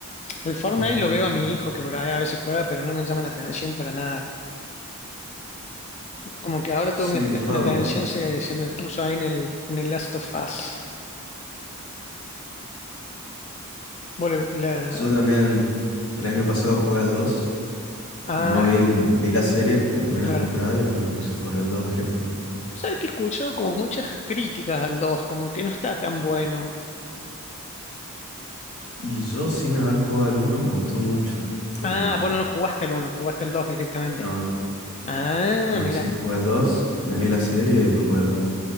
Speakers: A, on the left; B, on the left.
A: El Fortnite
B: Ujú.
A: lo veo a mi hijo que por ahí a veces juega, pero no me llama la atención para nada. Como que ahora
B: Sí,
A: toda mi, at-
B: yo,
A: mi atención se, se me puso ahí en el, en el Last of Us. Bueno, la...
B: yo también el año pasado jugué al 2.
A: Ah,
B: No vi, el- vi la serie, la primera
A: claro.
B: temporada, y después me puse a jugar al 2 directamente.
A: Vos sabés que escucho como muchas críticas al 2, como que no está tan bueno.
B: Y yo sin haber jugado al uno me gustó mucho, pero
A: Ah, vos no jugaste el uno, jugaste el 2 directamente.
B: no, no.
A: Ah,
B: No,
A: mira.
B: sí, jugué al 2, me vi la serie y jugué al 2.